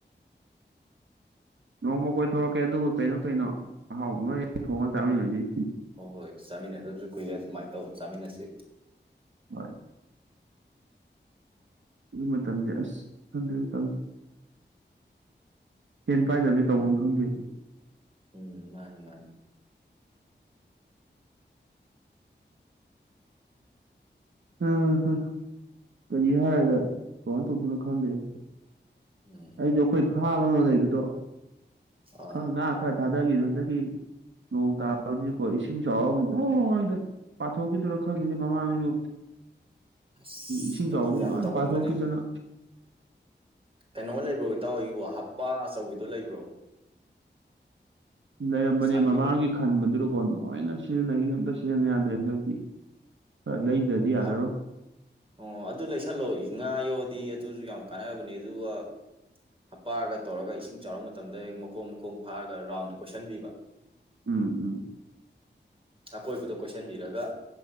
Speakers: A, on the right (about 85°); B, on the right (about 30°).
A: ꯅꯣꯡꯃ ꯀꯣꯏꯊꯣꯔꯛꯀꯦ ꯑꯗꯨꯒ ꯀꯩꯅꯣ ꯀꯩꯅꯣ ꯑꯍꯥꯎꯕ ꯑꯃ ꯍ‌ꯦꯛ ꯊꯣꯡꯉ ꯆꯥꯃꯤꯟꯅꯁ‌ꯦ
B: ꯍꯣꯏ ꯍꯣꯏ ꯆꯥꯃꯤꯟꯅꯗꯕꯁꯨ ꯀꯨꯏꯔꯦ ꯑꯗꯨꯃꯥꯏꯅ ꯇꯧꯔ ꯆꯥꯃꯤꯟꯅꯁꯤ
A: ꯍꯣꯏ ꯍꯧꯖꯤꯛ ꯃꯇꯝꯖꯦ ꯑꯁ ꯈꯪꯗ꯭ꯔꯦꯗ ꯇꯧꯔꯤꯖꯦ꯫ ꯁ‌ꯦꯟ ꯄꯥꯏꯗꯕꯁꯤ ꯇꯧꯐꯝ ꯈꯪꯗꯦ ꯑꯗꯨꯅꯤ
B: ꯎꯝ ꯃꯥꯅꯤ ꯃꯥꯅꯤ
A: ꯝ ꯀꯔꯤ ꯍꯥꯏꯔꯒ ꯀꯩꯅ‌ꯣ ꯇꯧꯗ‌ꯣꯏꯅ‌ꯣ ꯈꯪꯗꯦꯗ
B: ꯎꯝ
A: ꯑꯩꯁꯨ ꯑꯩꯈꯣꯏ ꯐꯥꯝ ꯑꯃ ꯂꯩꯕꯗꯣ
B: ꯑꯥ
A: ꯈꯔ ꯉꯥ ꯈꯔ ꯊꯥꯗꯈꯤꯕꯗ‌ꯣ ꯍꯟꯗꯛꯀꯤ ꯅꯣꯡ ꯇꯥꯕꯒꯤꯀꯣ ꯏꯁꯤꯡ ꯆꯥꯎꯔ ꯑꯃꯨꯛ ꯂ‌ꯣꯏꯅ ꯄꯥꯊꯣꯛꯈꯤꯗ‌ꯣꯏꯔ ꯈꯪꯗ‌ꯦꯅ‌ꯦ ꯃꯃꯥꯡꯁꯨ
B: ꯑꯁ
A: ꯏꯁꯤꯡ
B: ꯃꯗꯨ
A: ꯆꯥꯎꯕꯒꯤ
B: ꯌꯥꯝ
A: ꯂꯣꯏ
B: ꯇꯧꯒꯟꯕꯅꯤ
A: ꯄꯥꯊꯣꯛꯈꯤꯗꯅ
B: ꯀꯩꯅꯣ ꯂꯩꯕ꯭ꯔꯣ ꯏꯇꯥꯎ ꯒꯤꯕꯨ ꯍꯞꯄꯥ ꯑꯆꯧꯕꯤꯗꯣ ꯂꯩꯕ꯭ꯔꯣ
A: ꯂꯩꯔꯝꯕꯅꯦ
B: ꯑꯁꯥꯡꯕꯤꯗꯣ
A: ꯃꯃꯥꯡꯒꯤ ꯈꯟꯕꯗꯨꯗꯀꯣ ꯂꯣꯏꯅ ꯁꯤꯖꯤꯟꯅꯈꯤꯗꯅ ꯑꯝꯇ ꯁꯤꯖꯤꯟꯅꯕ ꯌꯥꯗ꯭ꯔꯦ ꯍꯟꯗꯛꯇꯤ ꯑꯥ
B: ꯑꯣ
A: ꯂꯩꯗ꯭ꯔꯗꯤ ꯌꯥꯔꯔꯣꯏ
B: ꯍꯥꯞ ꯑꯣ ꯑꯗꯨ ꯂꯩꯁꯜꯂꯣ ꯉꯥ ꯌꯣꯑꯗꯤ ꯑꯗꯨꯁꯨ ꯌꯥꯝ ꯀꯥꯟꯅꯕꯅꯦ ꯑꯗꯨꯒ ꯍꯞꯄꯥꯒ ꯇꯧꯔꯒ ꯏꯁꯤꯡ ꯆꯥꯎꯔꯛ ꯃꯇꯝꯗ ꯍꯦꯛ ꯃꯈꯣꯡ ꯃꯈꯣꯡ ꯐꯥꯔꯒ ꯔꯥꯎꯟꯗ‌ꯣ ꯀꯣꯏꯁꯤꯟꯕꯤꯕ
A: ꯎꯝ ꯎꯝ
B: ꯑꯀꯣꯏꯕꯗꯣ ꯀꯣꯏꯁꯟꯕꯤꯔꯒ